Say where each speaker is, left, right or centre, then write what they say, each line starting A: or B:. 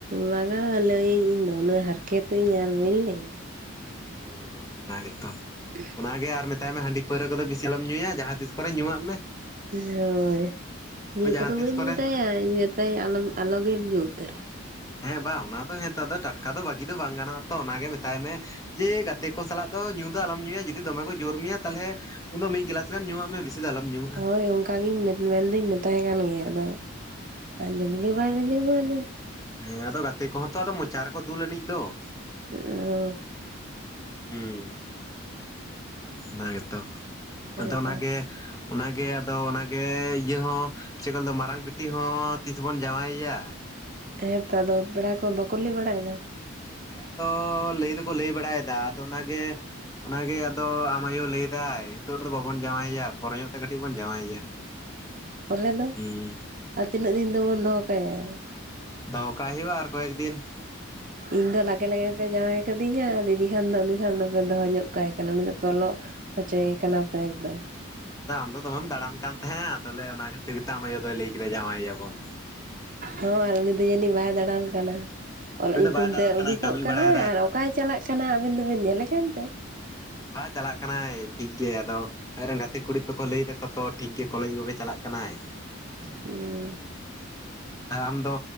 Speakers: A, on the right; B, on the left.
A: ᱵᱟᱝᱟ ᱞᱟᱹᱭᱟᱹᱧ ᱤᱧᱫᱚ ᱩᱱᱟᱹᱜ ᱦᱟᱨᱠᱮᱛᱤᱧ ᱟᱨ ᱵᱟᱹᱧ ᱞᱟᱹᱭᱟ ᱾
B: ᱳ ᱚᱱᱟ ᱜᱮᱛᱚ᱾
A: <unintelligible>
B: ᱚᱱᱟᱜᱮ ᱟᱨ ᱢᱮᱛᱟᱭ ᱢᱮ ᱦᱟᱺᱰᱤ ᱯᱟᱹᱣᱨᱟᱹ ᱠᱚᱫᱚ ᱵᱤᱥᱤ ᱟᱞᱚᱢ ᱧᱩᱭᱟ ᱡᱟᱦᱟᱸ ᱛᱤᱥ ᱠᱚᱨᱮ ᱧᱩᱣᱟᱜ ᱢᱮ ᱾
A: ᱦᱳᱭ, ᱧᱩ
B: ᱳᱭ ᱡᱟᱦᱟᱸ
A: ᱠᱚᱫᱚ
B: ᱛᱤᱥ
A: ᱵᱟᱹᱧ
B: ᱠᱚᱨᱮ
A: ᱢᱮᱛᱟᱭᱟ ᱤᱧ ᱢᱮᱛᱟᱭ ᱟᱞᱚᱢ ᱟᱞᱚᱜᱮᱢ ᱧᱩ ᱩᱛᱟᱹᱨᱟ ᱾
B: ᱦᱮᱸ ᱵᱟᱝ ᱚᱱᱟ ᱫᱚ ᱦᱮᱸᱛᱚ ᱴᱟᱴᱠᱟ ᱫᱚ ᱵᱟᱹᱜᱤ ᱫᱚ ᱵᱟᱝ ᱜᱟᱱᱚᱜᱼᱟ ᱛᱚ ᱚᱱᱟᱜᱮ ᱢᱮᱛᱟᱭ ᱢᱮ ᱾ ᱡᱮ ᱜᱟᱛᱮ ᱠᱚ ᱥᱟᱞᱟᱜ ᱫᱚ ᱧᱩ ᱫᱚ ᱟᱞᱚᱢ ᱧᱩᱭᱟ ᱡᱩᱫᱤ ᱫᱚᱢᱮ ᱠᱚ ᱡᱳᱨ ᱢᱮᱭᱟ ᱛᱟᱞᱦᱮ, ᱩᱱ ᱫᱚ ᱢᱤᱫ ᱜᱞᱟᱥ ᱜᱟᱱ ᱧᱩᱣᱟᱜ ᱢᱮ ᱾ ᱵᱤᱥᱤ ᱫᱚ ᱟᱞᱚᱢ ᱧᱩᱣᱟ ᱾
A: ᱦᱳᱭ ᱚᱱᱠᱟᱜᱮᱧ ᱢᱮ-ᱢᱮᱱᱫᱩᱧ ᱢᱮᱛᱟᱭ ᱠᱟᱱ ᱜᱮᱭᱟ ᱟᱫᱚ ᱾ ᱟᱸᱡᱚᱢ ᱜᱮ ᱵᱟᱭ ᱟᱸᱡᱚᱢᱟ ᱱᱩᱭ ᱾
B: ᱦᱮᱸ, ᱟᱫᱚ ᱜᱟᱛᱮ ᱠᱚᱦᱚᱸ ᱛᱚ ᱟᱫᱚ ᱢᱚᱪᱟ ᱨᱮᱠᱚ ᱫᱩᱞ ᱟᱱᱤᱡ ᱫᱚ ᱾
A: <unintelligible> ᱳ
B: ᱦᱩᱸ ᱚᱱᱟ ᱜᱮᱛᱚ,
A: ᱦᱮᱸᱛᱚ
B: ᱟᱫᱚ ᱚᱱᱟᱜᱮ ᱚᱱᱟᱜᱮ ᱟᱫᱚ ᱚᱱᱟᱜᱮ ᱤᱭᱟᱹ ᱦᱚᱸ, ᱪᱮᱫ ᱠᱚ ᱫᱚ ᱢᱟᱨᱟᱝ ᱵᱤᱴᱤ ᱦᱚᱸ ᱛᱤᱥ ᱵᱚᱱ ᱡᱟᱶᱟᱭᱟ?
A: ᱦᱮᱸᱛᱚ ᱟᱫᱚ, ᱯᱮᱲᱟ ᱠᱚ ᱵᱟᱠᱚ ᱞᱟᱹᱭ ᱵᱟᱲᱟᱭᱫᱟ?
B: ᱯᱮᱲᱟ ᱫᱚ ᱞᱟᱹᱭ ᱫᱚᱠᱚ ᱞᱟᱹᱭ ᱵᱟᱲᱟᱭᱫᱟ ᱟᱫᱚ ᱚᱱᱟᱜᱮ ᱚᱱᱟᱜᱮ ᱟᱫᱚ ᱟᱢ ᱟᱭᱳ ᱞᱟᱹᱭᱫᱟᱭ ᱱᱤᱛᱚᱜ ᱨᱮᱫᱚ ᱵᱟᱵᱚᱱ ᱡᱟᱶᱟᱭᱟ ᱯᱚᱨᱮ ᱧᱚᱜ ᱠᱟᱹᱴᱤᱡ ᱵᱚᱱ ᱡᱟᱶᱟᱭᱟ,
A: ᱯᱚᱨᱮ ᱫᱚ
B: ᱦᱩᱸ
A: ᱟᱨ ᱛᱤᱱᱟᱹᱜ ᱫᱤᱱ ᱫᱚᱵᱚᱱ ᱫᱚᱦᱚ ᱠᱟᱭᱟ?
B: ᱫᱚᱦᱚ ᱠᱟᱜ ᱦᱳᱭᱳᱜ ᱟᱨ ᱠᱚᱭᱮᱠ ᱫᱤᱱ ᱾
A: ᱤᱧ ᱫᱚ ᱞᱟᱜᱮ-ᱞᱟᱜᱮ ᱯᱮ ᱡᱟᱶᱟᱭ ᱠᱟᱹᱫᱤᱧᱟ ᱫᱤᱫᱤ ᱠᱷᱟᱱ ᱫᱚ ᱩᱱᱤ ᱠᱷᱟᱱ ᱫᱚᱯᱮ ᱫᱚᱦᱚ ᱧᱚᱜ ᱠᱟᱭ ᱠᱟᱱᱟ ᱩᱱᱤ ᱫᱚ ᱯᱚᱞᱚᱜ ᱦᱚᱪᱚᱭᱮ ᱠᱟᱱᱟ ᱯᱮ ᱮᱠᱫᱚᱢ᱾
B: ᱟᱫᱚ ᱟᱢ ᱫᱚᱢᱮᱢ ᱫᱟᱬᱟᱱ ᱠᱟᱱ ᱛᱟᱦᱮᱸᱜᱼᱟ, ᱟᱫᱚᱞᱮ ᱚᱱᱟ ᱠᱷᱟᱹᱛᱤᱨ ᱜᱮᱛᱮ ᱟᱢ ᱟᱭᱳ ᱫᱚᱭ ᱞᱟᱹᱭ ᱠᱮᱫᱟ ᱡᱟᱣᱟᱭᱟᱵᱚᱱ᱾
A: ᱦᱚᱸ ᱟᱨ ᱩᱱᱤ ᱫᱚ ᱡᱟᱹᱱᱤᱡ ᱵᱟᱭ ᱫᱟᱬᱟᱱ ᱠᱟᱱᱟ᱾ ᱚᱞᱚᱜ
B: ᱩᱱᱤ
A: ᱧᱩᱛᱩᱢ
B: ᱫᱚ ᱵᱟᱭ ᱫᱟᱬᱟᱱ
A: ᱛᱮ
B: ᱠᱟᱱᱟᱭ
A: ᱩᱰᱩᱠᱚᱜ
B: ᱠᱟᱹᱢᱤ
A: ᱠᱟᱱᱟ
B: ᱵᱟᱲᱟᱭᱮᱫᱟᱭ
A: ᱟᱨ ᱚᱠᱟᱭ ᱪᱟᱞᱟᱜ ᱠᱟᱱᱟ ᱟᱵᱤᱱ ᱫᱚᱵᱤᱱ ᱧᱮᱞᱮ ᱠᱟᱱᱟᱱ ᱛᱮ?
B: ᱯᱟᱲᱦᱟᱜ ᱮ ᱪᱟᱞᱟᱜ ᱠᱟᱱᱟᱭ, ᱴᱷᱤᱠ ᱜᱮ ᱟᱫᱚ ᱟᱡ ᱨᱮᱱ ᱜᱟᱛᱮ ᱠᱩᱲᱤ ᱛᱚᱠᱚ ᱞᱟᱹᱭ ᱫᱟᱠᱚ ᱛᱚ ᱴᱷᱤᱠ ᱜᱮ ᱠᱚᱞᱮᱡᱽ ᱠᱚᱜᱮ ᱪᱟᱞᱟᱜ ᱠᱟᱱᱟᱭ᱾
A: ᱦᱩᱸ
B: ᱟᱨ ᱟᱢ ᱫᱚ